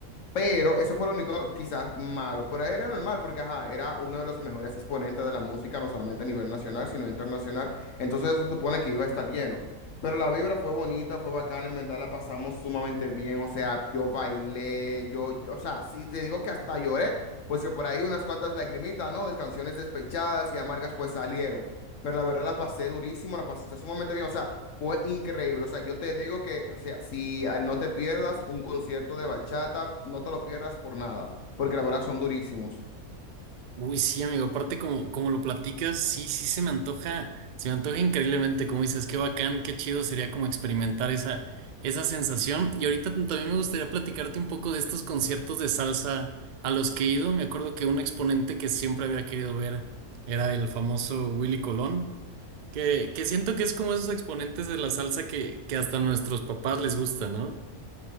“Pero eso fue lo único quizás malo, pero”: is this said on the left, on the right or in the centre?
Left